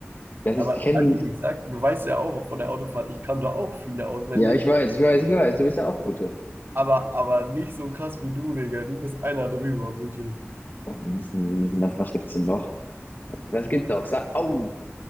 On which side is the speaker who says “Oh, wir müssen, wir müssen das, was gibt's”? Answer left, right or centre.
Left